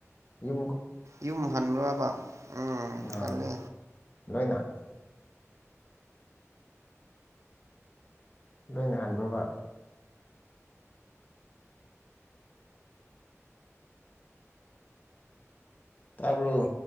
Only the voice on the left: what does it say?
ꯌ
ꯑ
ꯂꯣꯏꯅ ꯂꯣꯏꯅ ꯍꯟꯥꯟꯕ꯭ꯔꯕ ꯇꯥꯔꯕꯣ